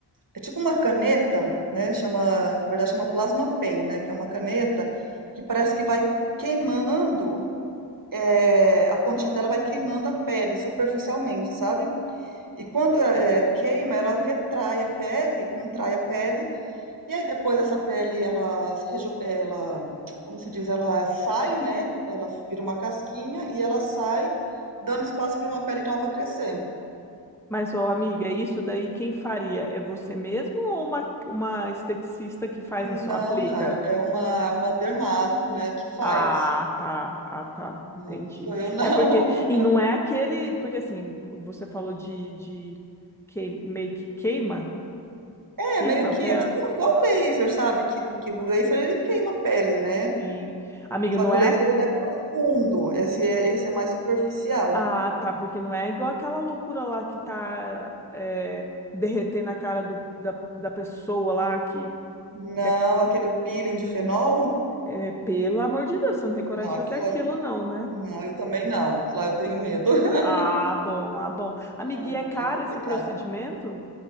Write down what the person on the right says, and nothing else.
é tipo uma caneta, né? Chama, na verdade chama plasma pen, né? Que é uma caneta que parece que vai queimando, eh, a pontinha dela vai queimando a pele superficialmente, sabe? E quando eh, queima, ela retrai a pele, contrai a pele, e aí depois essa pele, ela, se reju- é, ela, como se diz, ela sai, né? Ela vira uma casquinha e ela sai, dando espaço para uma pele nova crescer.
Não,
não, é é uma, uma dermato, né, que faz.
Não, não sou eu, não.
<laughs>
É,
meio que
é tipo igual o laser, sabe? Que, que o laser ele queima a pele, né?
Só
que
o laser ele é profundo, esse é, esse é mais superficial.
Não,
aquele peeling de fenol,
não,
aquilo
lá,
não, eu também não, aquilo lá eu tenho medo, <laughs>
aquilo
lá é complicado.